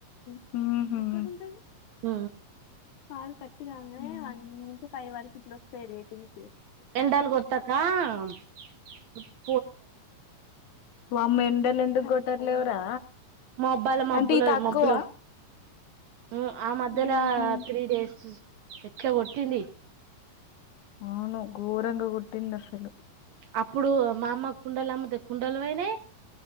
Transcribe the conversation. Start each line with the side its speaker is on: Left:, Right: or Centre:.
Left: ఉహు
Right: ఆ
Left: కాల్ కట్ కంగనే వన్ంచి ఫైవ్ వరకు ఇట్లా వస్తాయి రేటింగ్
Right: ఎంటాలు <unintelligible>
Left: వామ్మో ఎండలు ఎందుకు కొట్టర్లేవరా
Right: మా అబ్బాయిల మబ్బులో
Left: అంటే ఈ తక్కువ
Right: మబ్బులో ఉమ్ ఆ మధ్యలో
Left: ఉహు
Right: త్రీ డేస్ ఎట్లా కొట్టింది
Left: అవును గోరంగ కొట్టింది అసలు
Right: అప్పుడు మా అమ్మ కుండలు అమ్మితే కుండలు పోయినాయి